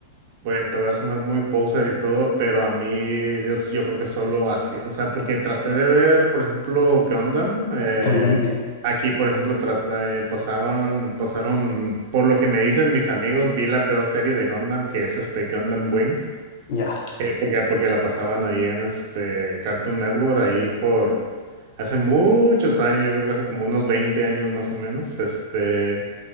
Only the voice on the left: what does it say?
Gundam, eh,
Ya.